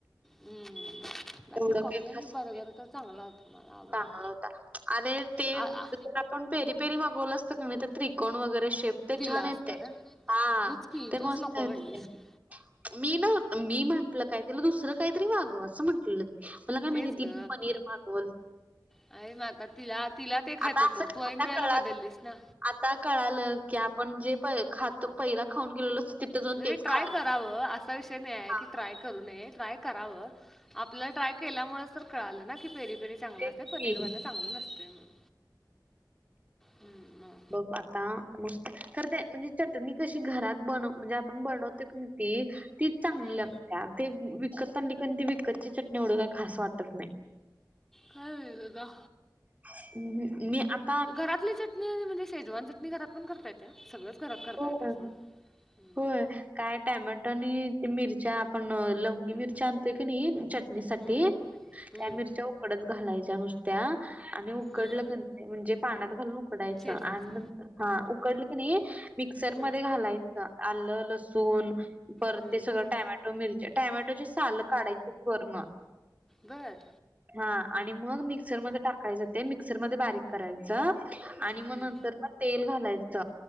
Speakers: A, in the centre; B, on the right (about 20°).
A: हम्म बाकी
B: एवढं
A: कॉफी
B: काही
A: आणि
B: खास नाही,
A: पदार्थ चांगला होता. मला आवडला
B: चांगला होता आणि ते
A: आ- आ-
B: पण पेरी पेरी मागवलं असत का नाय ते त्रिकोण वगैरे शेप ते
A: दिला
B: छान येतय
A: असता का
B: हा
A: तूच की
B: ते
A: तूच
B: मस्त
A: नको
B: येतय.
A: म्हणलीस की
B: मी नव्ह मी म्हंटलं काय तिला दुसरं काय तरी मागवं असं म्हटलेलं मला काय माहिती
A: तेच
B: ती
A: ग
B: पनीर मागवल.
A: आणि माग आता तिला तिला ते खायचं
B: आता
A: होतं
B: असं
A: तू ऐन
B: आता
A: वेळेला
B: कळालं
A: बदलीस ना
B: आता कळालं की आपण जे प खातो पैला खाऊन गेलेलो तिथं जाऊन
A: म्हणजे
B: तेच
A: ट्राय
B: खा
A: करावं असा विषय नाय ये
B: हा
A: की ट्राय करू नये ट्राय करावं आपल्याला ट्राय केल्यामुळेच तर कळालं ना की पेरी पेरी चांगल
B: तेच
A: असते पनीरवाल
B: की.
A: चांगलं नसते म्हणून. हम्म, मग.
B: बघ आता नुसत खर ते म्हणजे चटणी कशी घरात बन म्हणजे आपण बनवतो की ती तीच चांगली
A: हम्म.
B: लागते ते विकत आणली कारण ती विकतची चटणी एवढी काय खास वाटत नाय.
A: काय नाही ग.
B: <unintelligible> मी आ
A: घरातली चटणी आणि म्हणजे शेजवान चटणी घरात पण करता येते हा, सगळंच घरात करता
B: होय
A: येते सोड हम्म.
B: होय. काय टॅमॅटो आणि मिरच्या आपण लवंगी मिरच्या आणतोय की नाही चट णीसाठी
A: हम्म, हम्म,
B: त्या मिरच्या उकडत घालायच्या नुसत्या आणि उकडल्या
A: हम्म.
B: की म्हणजे पाण्यात घालून उकडायचं
A: चेचायचं
B: आणि हा उकडलं की नाही मिक्सर
A: हम्म,
B: मध्ये घालायचं चं आलं लसू ण परत
A: हम्म.
B: ते सगळं टॅमॅटो मिरच्या टॅमॅटोचे सालं काढायची पूर्ण
A: बर.
B: हा आणि मग मिक्सरमध्ये टाकायचं ते मिक्सरमध्ये बारीक करायच आणि मग
A: हम्म,
B: नंतर ना तेल घालायच